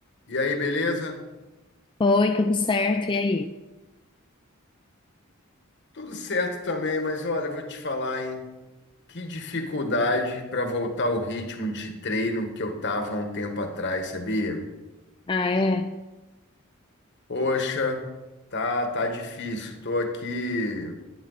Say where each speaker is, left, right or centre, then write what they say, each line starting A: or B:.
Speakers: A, on the left; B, on the left.
A: E aí, beleza?
B: Oi, tudo certo? E aí?
A: Tudo certo também, mas olha, eu vou te falar, hein? Que dificuldade para voltar ao ritmo de treino que eu tava há um tempo atrás, sabia?
B: Ah, é?
A: Poxa, tá, tá difícil. Tô aqui,